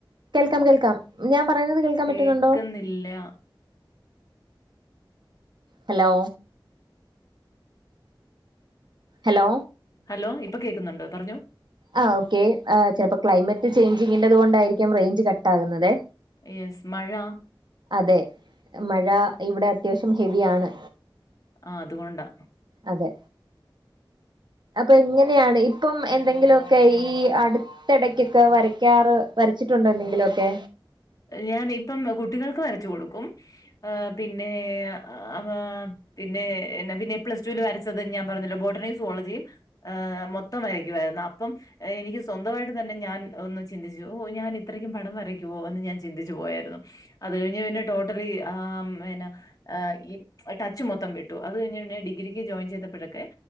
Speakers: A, on the right; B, on the left.
A: കേൾക്കാം കേൾക്കാം ഞാൻ പറയുന്നത് കേൾക്കാൻ
B: കേൾക്കുന്നില്ല
A: പറ്റുന്നുണ്ടോ? ഹലോ ഹലോ
B: ഹലോ ഇപ്പൊ കേൾക്കുന്നുണ്ട് പറഞ്ഞോ.
A: ആഹ് ഓക്കേ ആ ചെലപ്പോ ക്ലൈമറ്റ് ചേഞ്ചിങ്ങിന്റെത് കൊണ്ടായിരിക്കും റേഞ്ച് ക ട്ടാ കുന്നതേ.
B: യെസ് മഴ
A: അതെ മഴ ഇവിടെ അത്യാവശ്യം ഹെവിയാണ്.
B: ആഹ് അതുകൊണ്ടാ.
A: അതെ അപ്പൊ എങ്ങനെയാണ് ഇപ്പം എന്തെങ്കിലുക്കെ ഈ അടു ടക്കൊക്കെ വരയ്ക്കാറ് വരച്ചിട്ടുണ്ടോ എന്തെങ്കിലൊക്കെ?
B: ഞാൻ ഇപ്പം കുട്ടികൾക്ക് വരച്ചു കൊടുക്കും ആ പിന്നെ ആ പിന്നെ പിന്നെ പ്ലസ്ടുവില് വരച്ചത് ഞാൻ പറഞ്ഞല്ലോ ബോട്ടണിം സോളജിം ആഹ് മൊത്തം വരക്കുവായിരുന്നോ? അപ്പം എനിക്ക് സ്വന്തമായിട്ട് തന്നെ ഞാൻ ഒന്ന് ചിന്തിച്ചു ഓ ഞാൻ ഇത്രയ്ക്ക് പടം വരയ്ക്കുവോ ന്ന് ഞാൻ ചിന്തിച്ചു പോയായിരുന്നു അത് കഴിഞ്ഞ് പിന്നെ ടോട്ടലി ആഹ് പിന്നെ ആ ഈ ടച്ച് മൊത്തം വിട്ടു, അത് കഴിഞ്ഞ് പിന്നെ ഡിഗ്രിക്ക് ജോയിൻ ചെയ്തപ്പോഴൊക്കെ